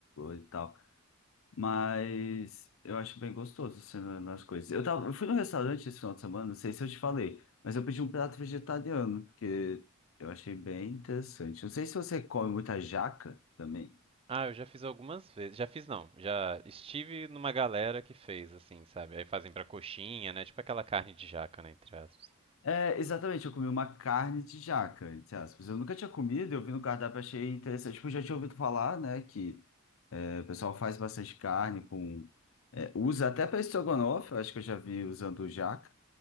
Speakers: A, on the left (about 70°); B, on the right (about 25°).
A: e tal. Mas eu acho bem gostoso assim, na- nas coisas. Eu tava, eu fui no restaurante esse final de semana, não sei se eu te falei, mas eu pedi um prato vegetariano, porque eu achei bem interessante. Não sei se você come muita jaca também.
B: Ah, eu já fiz algumas vezes. Já fiz não. Já estive numa galera que fez, assim, sabe? Aí fazem pra coxinha, né? Tipo aquela carne de jaca, né? Entre aspas.
A: É, exatamente, eu comi uma carne de jaca, entre aspas. Eu nunca tinha comido, eu vi no cardápio, achei interessante. Tipo, eu já tinha ouvido falar, né, que é, o pessoal faz bastante carne com... é, usa até para estrogonofe, eu acho que eu já vi usando jaca.